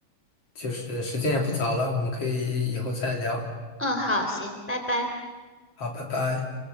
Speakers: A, on the left; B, in the centre.
A: 就是时间也不早了，我们可以以后再聊。
B: 嗯，好，行，拜拜。
A: 好，拜拜。